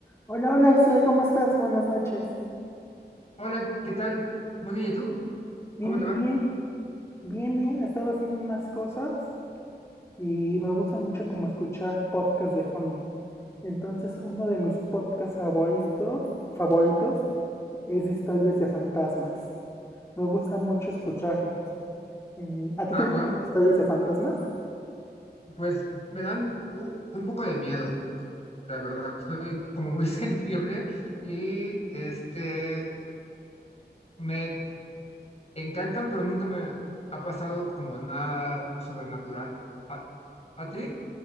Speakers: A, on the left (about 15°); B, on the left (about 35°).
A: Hola, hola, Estrella, ¿cómo estás? Buenas noches.
B: Hola, ¿qué tal? Muy bien, ¿y tú?
A: Bien,
B: ¿Cómo
A: bien,
B: te va?
A: bien, bien, bien. Estaba haciendo unas cosas y me gusta mucho como escuchar podcasts de fondo. Entonces, uno de mis podcasts favoritos, favoritos es de historias de fantasmas. Me gusta mucho escucharlos. En- ¿A ti
B: Ah,
A: te gustan
B: wow.
A: las historias de fantasmas?
B: Pues me dan u- un poco de miedo, la verdad. Soy como muy <laughs> sensible y este me encantan, pero nunca me ha pasado como nada sobrenatural. ¿A, a ti?